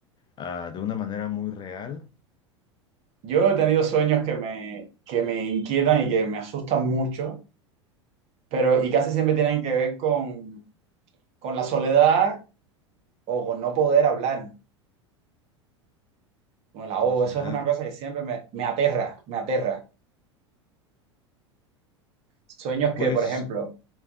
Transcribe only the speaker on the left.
ah, de una manera muy real
con
la soledad?
Pues.